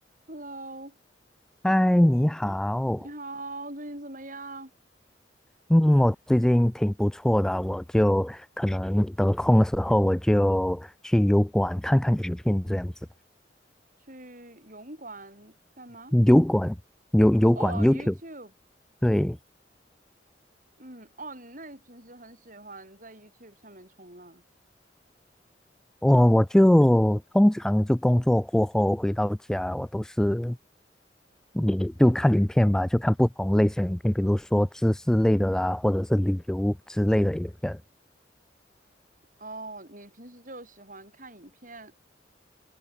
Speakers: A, on the right; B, in the centre.
A: Hello，
B: 嗨，你好。
A: 你好，最近怎么样？
B: 嗯，我最近挺不错的，我就可能得空的时候，我就去油管看看影片这样子。
A: 去泳馆干嘛？
B: 油管，油油管
A: 有哦，YouTube，
B: YouTube。对，
A: 嗯，哦，你那你平时很喜欢在 YouTube 上面冲浪？
B: 我我就通常就工作过后回到家，我都是嗯就看影片吧，就看不同类型的影片，比如说知识类的啦，或者是旅游之类的影片。
A: 哦，你平时就喜欢看影片？